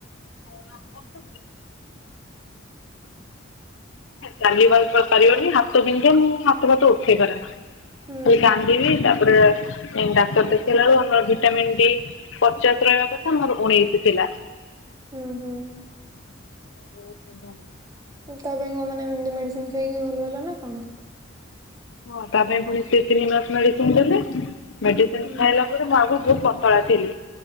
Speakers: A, on the left; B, on the right.
A: <unintelligible> ଚାଲିବା ପାରିବନି ହାତ ବିନ୍ଧେ ମୁଁ ହାତ ଭାତ ଉଠେଇ ପାରେ ନା।
B: ହୁଁ
A: ସେ କାନ୍ଦିବି ତାପରେ ଡାକ୍ତର ଦେଖେଇଲାରୁ ଆମର ଭିଟାମିନ୍ ଡି ପଚାଶ ରହିବା କଥା ମୋର ଉଣେଇଶି ଥିଲା।
B: ହୁଁ ହୁଁ।
A: <unintelligible>
B: ତା ପାଇଁ କ ମ ଏମିତି ମେଡିସିନ ଖାଇକି ଭଲ ହେଲା ନା କଣ?
A: ହଁ ତା ପାଇଁ ପୁଣି ସେ ତିନି ମାସ ମେଡିସିନ ଦେଲେ ମେଡିସିନ
B: ହୁଁ
A: ଖାଇଲା ମୁ ଆଗରୁ ବହୁତ ପତଳା ଥିଲି